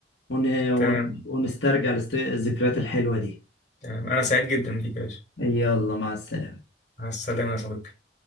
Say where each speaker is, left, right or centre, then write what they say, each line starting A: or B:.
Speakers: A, on the left; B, on the left.
A: ون... ون-
B: تمام
A: ونسترجع الاست- الذكريات الحلوه دي
B: تمام انا سعيد جدا بيك يا باشا
A: يلا مع السلامه
B: مع السلامة يا صديقي